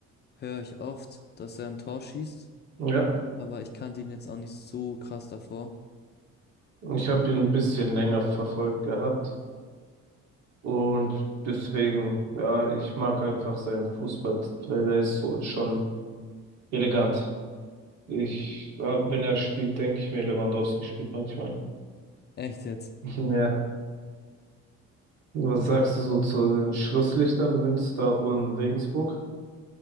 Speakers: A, on the left; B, on the right.
A: höre ich oft, dass er ein Tor schießt,
B: Ja,
A: aber ich kannte ihn jetzt auch nicht so krass davor.
B: ich habe ihn ein bisschen länger verfolgt gehabt. Und deswegen, ja, ich mag einfach seinen Fußball, weil der ist so schon elegant. Ich, ja, wenn er spielt, denke ich mir, Lewandowski spielt manchmal.
A: Echt jetzt?
B: <laughs> Ja. Was sagst du so zu den Schlusslichtern Münster, Ulm, Regensburg?